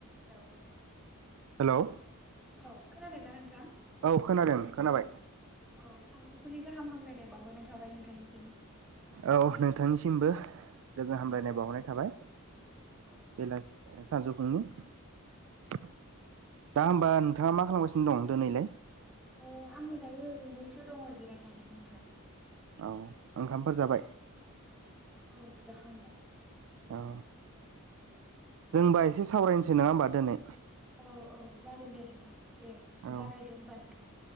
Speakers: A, in the centre; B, on the right.
A: हेल'
B: हेल'
A: औ खोनादोंना नोंथां
B: औ खोनादों खोनाबाय
A: औ सानजौफुनि गाहाम हामलायनाय बावहरनाय थाबाय नोंथांनिसिम
B: औ नोंथांनिसिमबो गोजोन हामलायनाय
A: अ
B: बावरनाय थाबाय
A: औ
B: बेलासि साजौ <unintelligible> दा होमबा नोंथाङा मा खालामगासिनो? दं दोनैलाय?
A: अ आङो दायो ओरैनोसो दङ जिरायनानै नोंथां
B: औ ओंखामफोर जाबाय?
A: औ जाखांबाय
B: औ जों होबा एसे सावरायनिसै नङा ओमबा दोनै
A: औ औ जागोनदे नोंथां दे
B: औ
A: जागायदो होमबा नोंथां